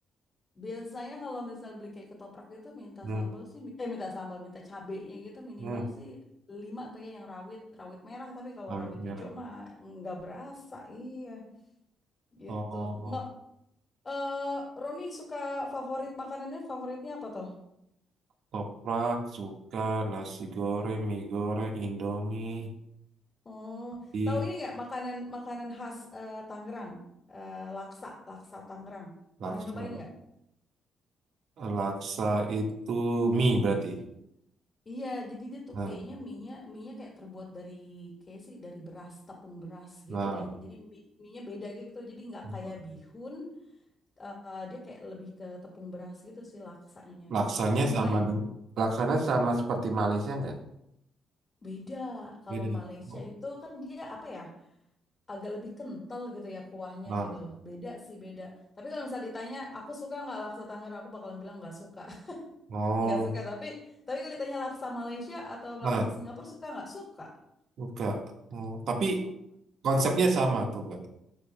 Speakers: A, on the left; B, on the right.
A: Biasanya kalau misal beli kayak ketoprak gitu minta
B: hmm,
A: sambal sih mi- eh minta sambal minta cabenya gitu minimal
B: hmm,
A: sih lima tuh ya yang rawit rawit merah tapi kalau
B: bawang
A: rawit
B: merah.
A: hijau mah nggak berasa iya gitu
B: Oh,
A: Mbak eh Roni suka favorit makanannya favoritnya apa tuh?
B: toprak suka nasi goreng, mie goreng, Indomie,
A: Oh
B: di
A: tahu ini nggak makanan makanan khas eh, Tangerang Eh, laksa laksa Tangerang
B: laksa.
A: pernah nyobain nggak?
B: Laksa itu mie berarti.
A: Iya, jadi dia tuh
B: Nah,
A: kayaknya mie-nya mie-nya kayak terbuat dari kayak sih dari beras tepung beras
B: nah,
A: gitu deh. Jadi mie- mie-nya beda gitu. Jadi nggak
B: nah.
A: kayak bihun, eh, dia kayak lebih ke tepung beras gitu sih laksanya.
B: laksanya
A: Pernah nyobain?
B: sama deng- laksanya sama seperti Malaysia nggak?
A: Beda. Kalau
B: Beda.
A: Malaysia
B: Oh,
A: itu kan dia apa ya? Agak lebih kental gitu ya kuahnya
B: Nah,
A: gitu. Beda sih beda. Tapi kalau misal ditanya aku suka nggak laksa Tangerang, aku bakalan bilang nggak suka. <laughs>
B: oh,
A: Nggak suka. Tapi tapi kalau ditanya laksa Malaysia atau laksa
B: nah,
A: Singapura suka nggak? Suka.
B: enggak. Oh, tapi konsepnya sama tuh enggak?